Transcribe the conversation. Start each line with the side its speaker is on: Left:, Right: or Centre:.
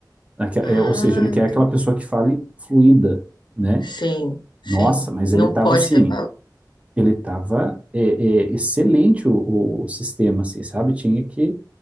Right: Aque- eh,
Left: Ah,
Right: Ou seja, ele quer
Left: entendi.
Right: aquela pessoa que fale fluida né?
Left: Sim, sim.
Right: Nossa, mas
Left: Não
Right: ele tava
Left: pode
Right: assim,
Left: ter.
Right: ele tava é, é, excelente o, o sistema, assim, sabe? Tinha que,